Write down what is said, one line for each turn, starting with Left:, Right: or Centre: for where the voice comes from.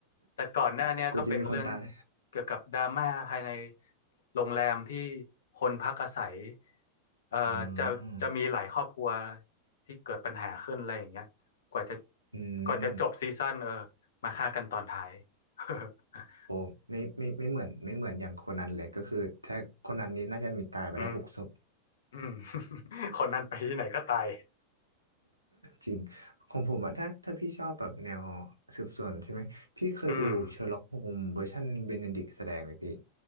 Left: แต่ก่อนหน้าเนี้ยก็เป็นเรื่อง
Right: <laughs> กลัวจะมีคนตาย
Left: เกี่ยวกับดราม่าภายในโรงแรมที่คนพักอาศัยเอ่อจะจะมีหลายครอบครัว
Right: อืม
Left: ที่เกิดปัญหาขึ้นอะไรอย่างเงี้ยกว่าจะ
Right: อืม
Left: กว่าจะจบซีซั่นเออมาฆ่ากันตอนท้าย <laughs>
Right: โอ้ไม่ไม่ไม่เหมือนไม่เหมือนอย่างโคนันเลยก็คือถ้าโคนันนี้น่าจะมีตายไปแล้วหกศพ
Left: อืม อืม <laughs> คนนั้นไปที่ไหนก็ตาย
Right: จริงของผมอะถ้าถ้าพี่ชอบแบบแนวสืบสวนใช่ไหมพี่เคยดูเชอร์ล็อกโฮมเวอร์ชันเบเนดิกแสดงไหมพี่
Left: <laughs> อืม